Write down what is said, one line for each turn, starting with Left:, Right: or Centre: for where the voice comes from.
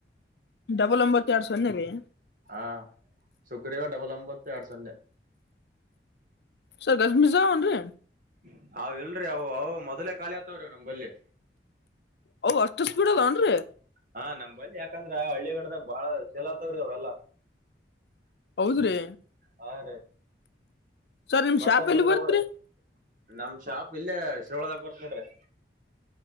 Left: ಡಬಲ್ ಒಂಬತ್ತ ಎರಡ್ ಸನೇ ರೀ
Right: ಹಾ <inaudible> ಸುಗ್ರೀವ ಡಬಲ್ ಒಂಬತ್ತು ಎರಡ್ ಸನ್ನೆ
Left: ಸರ್ಗದ ಮಿಜಾವನ್ರೀ
Right: <inaudible> ಅವ್ ಇಲ್ರಿ ಅವು ಅವು ಮೊದಲೇ ಖಾಲಿ ಆತವ್ರೀ ನಮ ಬಲ್ಲಿ
Left: ಹೌ ಅಷ್ಟ ಸ್ಪೀಡ ಅದಾವ ಏನ್ ರಿ
Right: ಹಾ ನಮ್ಲ್ಲಿಿ ಯಾಕಂದ್ರ ಆ ಹಳ್ಳಿಗಡದಾಗ ಬಾಳ ಸೆಲ್ ಅಗತಾವ್ ರಿ ಅವೆಲ್ಲಾ
Left: ಹೌದ್ರಿ
Right: ಹಾ ರೀ
Left: ಸರ್ ನಿಮ್
Right: ಮತ್ತೇನ್
Left: ಶಾಪ್
Right: ನಡದೆತ್ರಿ
Left: ಎಲ್ಲಿ ಬರ್ತ್ರಿ
Right: ಊರಗ <inaudible> ನಮ್ಮ ಶಾಪ್ ಇಲ್ಲೇ ಶಿರೋಳದಾಗ ಬರತ್ತ್ ನೋಡ್ರಿ